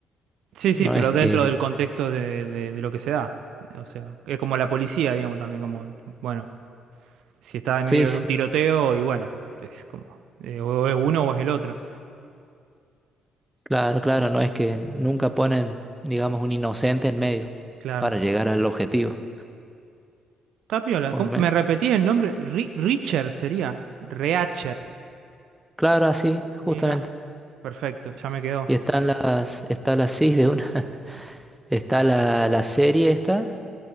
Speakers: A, on the right; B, in the centre.
A: Sí,
B: no
A: sí, pero
B: es que...
A: dentro del contexto de, de- de lo que se da. O sea, es como la policía, digamos, también como, bueno. si está en
B: Sí,
A: medio
B: sí.
A: de un tiroteo y bueno, es como, eh, o es uno o es el otro.
B: Claro, claro,
A: No,
B: no es que nunca ponen, digamos, un inocente en medio
A: Claro.
B: para llegar al objetivo,
A: Está piola.
B: por
A: ¿Cómo?
B: lo menos.
A: ¿Me repetí el nombre? Ri- Richer sería. Reacher.
B: Claro, así, justamente.
A: Mira, perfecto, ya me quedó.
B: Y están las, está la sí de una, <laughs> está la, la serie esta,